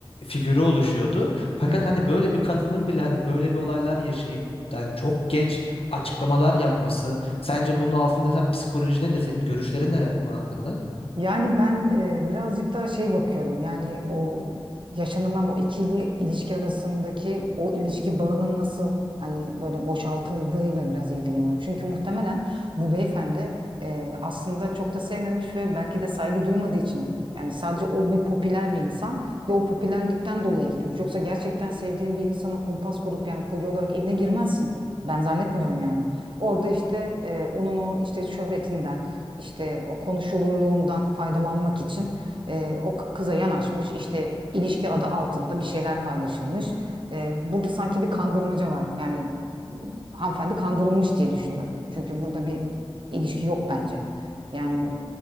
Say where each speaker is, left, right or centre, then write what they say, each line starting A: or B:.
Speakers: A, on the left (about 85°); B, on the right (about 60°).
A: figürü oluşuyordu. Fakat
B: Hı hı.
A: hani böyle bir kadının bile hani böyle bir olaylar yaşayıp yani çok geç açıklamalar yapması Sence bunun altında yatan psikoloji nedir? Senin görüşlerin neler bu konu hakkında?
B: Yani ben e, birazcık daha şey bakıyorum. Yani o yaşanılan o ikili ilişki arasındaki o ilişki bağının nasıl hani böyle boşaltıldığıyla biraz ilgileniyorum. Çünkü muhtemelen bu beyefendi e, aslında çok da sevmemiş ve belki de saygı duymadığı için yani sadece o bir popüler bir insan ve o popülerlikten dolayı gitmiş. Yoksa gerçekten sevdiğin bir insana kumpas kurup yani kurye olarak evine girmezsin. Ben zannetmiyorum yani. Orada işte e, onun o işte şöhretinden işte o konuşulurluğundan faydalanmak için e, o k- kıza yanaşmış işte ilişki adı altında bir şeyler paylaşılmış. E, burada sanki bir kandırmaca var. Yani m, hanımefendi kandırılmış diye düşünüyorum. Çünkü burada bir ilişki yok bence. Yani